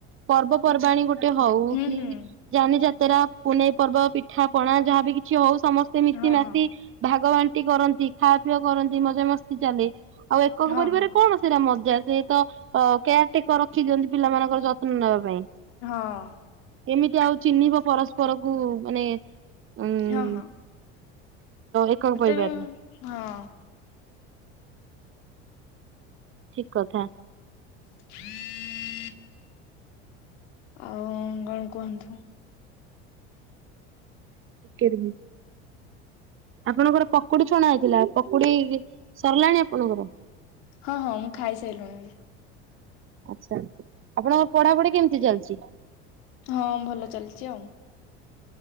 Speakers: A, on the right; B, on the left.
A: ପର୍ବପର୍ବାଣୀ ଗୋଟେ ହଉ
B: ହୁଁ
A: କି
B: ହୁଁ
A: ଯାନି ଯାତ୍ରା ପୁନେଇ ପର୍ବ ପିଠା ପଣା ଯାହାବି କିଛି ହଉ ସମ ତେ ମିଶି
B: ହଁ
A: ମାସି
B: ହଁ
A: ଭାଗ ବାଣ୍ଟି କରନ୍ତି ଖାପିଅ କରନ୍ତି ମଜା ମସ୍ତି ଚାଲେ। ଆଉ ଏକକ
B: ହଁ
A: ପରିବାରେ
B: ହଁ
A: କଣ ସେଇଟା ମଜା ସେ ତ ଅ କେୟାର ଟେକର ରଖି ଦିଅନ୍ତି ପିଲାମାନଙ୍କର ଯତ୍ନ ନେବା ପାଇଁ।
B: ହଁ।
A: କେମିତି ଆଉ ଚିହ୍ନିବ ପରସ୍ପରକୁ ମାନେ ଉଁ
B: ହଁ-ହଁ।
A: ଏକକ
B: ଏତେ
A: ପରିବାରରେ
B: ବି ହଁ
A: ଠିକ୍ କଥା।
B: <unintelligible> ଆଉ କଣ କୁହନ୍ତୁ?
A: <unintelligible> ଆପଣଙ୍କର ପକୁଡି ଛଣା ହେଇଥିଲା ପକୁଡି ସରିଲାଣି ଆପଣଙ୍କର।
B: ହଁ ହଁ ମୁଁ ଖାଇସାରିଲୁଣି ବି।
A: ଆଚ୍ଛା ଆପଣଙ୍କ ପଢାପଢି କେମିତି ଚାଲିଚି?
B: ହଁ ଭଲ ଚାଲିଚି ଆଉ।